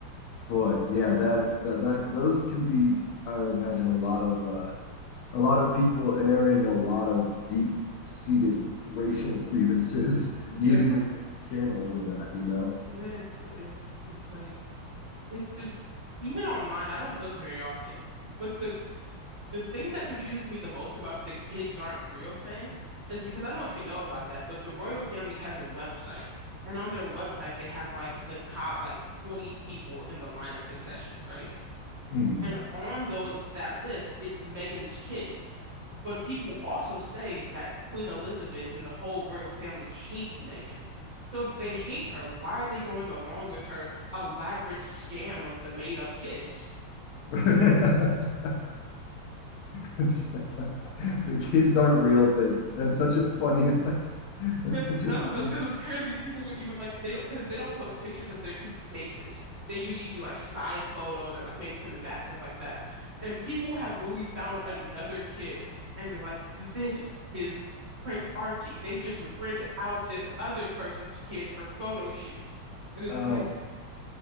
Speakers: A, on the left; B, on the right.
A: Boy, yeah, that that that those can be, I imagine, a lot of uh, a lot of people airing a lot of deep-seated racial grievances <laughs> using
B: Yeah.
A: this like a channel for that, you know?
B: Yeah, it- it's like It's just even online, I don't look very often. But the the thing that confuses me the most about the kids aren't real thing is because I don't know if you know about that, but the royal family has a website. And on their website they have like the top like 20 people in the line of succession, right?
A: Mhm.
B: And on those that list, it's Meghan's kids. But people also say that Queen Elizabeth and the whole royal family hates Meghan. So if they hate her, why are they going along with her elaborate scam of the made-up kids?
A: <laughs> It's- it's- <laughs> the kids aren't real thing. That's such a funny, <laughs>
B: <laughs>
A: that's
B: None
A: such a
B: of
A: funny.
B: them, because apparently people even like they don't because they don't post pictures of their kids' faces. They usually do like side photos and like maybe from the back, stuff like that. And people have literally found another kid and they're like, this is Prince Archie. They just rent out this other person's kid for photo shoots. And it's
A: oh,
B: like,